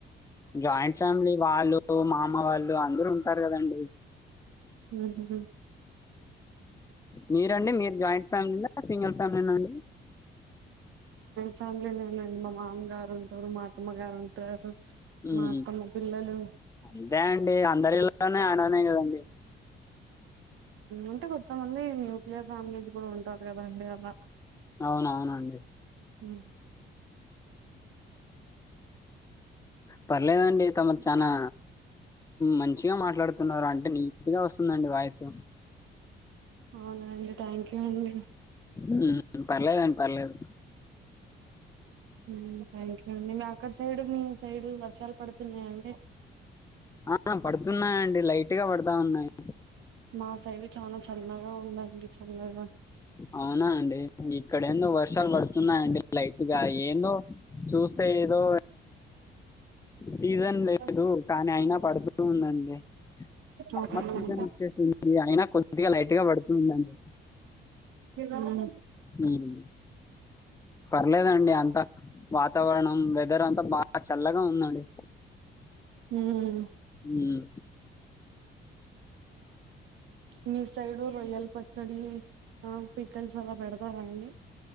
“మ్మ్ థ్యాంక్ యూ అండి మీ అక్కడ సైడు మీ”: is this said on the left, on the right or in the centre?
Right